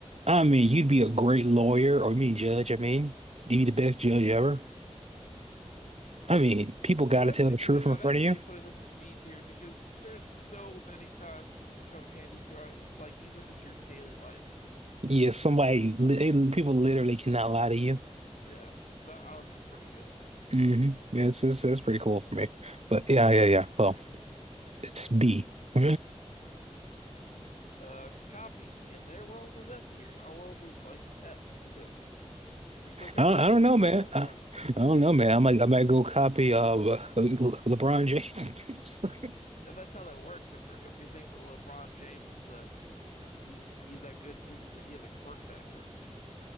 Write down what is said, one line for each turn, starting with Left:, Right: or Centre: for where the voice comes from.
Right: I mean, you'd be a great lawyer or I mean judge, I mean. You'd be the best judge ever. I mean, people gotta
Left: I'm actually
Right: tell the
Left: putting
Right: truth
Left: I'm
Right: in front
Left: actually
Right: of you.
Left: putting this in B tier because there's so many times this could come in handy throughout like even just your daily life.
Right: Yeah, somebody they- people literally cannot lie to you.
Left: Yeah, it's honestly pretty good.
Right: hmm Yeah, it's, it's that's pretty cool for me. But yeah, yeah, yeah. Well, it's B. <laughs>
Left: Uh, copy in their world is S tier, and our world is like F because we're still kind
Right: I don't,
Left: of assuming
Right: I don't know,
Left: we're
Right: man.
Left: the only
Right: I,
Left: ones.
Right: I don't know, man. I might I might go copy uh Le- LeBron James. <laughs>
Left: If that's how that works, if we're, if we think that LeBron James is a he's he's that good because he's a, he has a quirk factor.